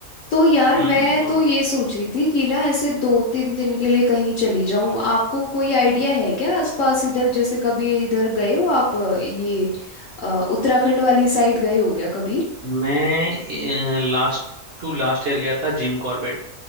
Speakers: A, on the left; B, on the right.
A: तो यार
B: हम्म
A: मैं
B: और
A: तो ये सोच रही थी कि ना ऐसे दो तीन दिन के लिए कहीं चली जाऊं आपको कोई आइडिया है क्या आसपास इधर जैसे कभी इधर गए हो आप अ, ये अ, उत्तराखंड वाली साइड गए हो क्या कभी
B: मैं लास्ट टू लास्ट ईयर गया था जिम कॉर्बेट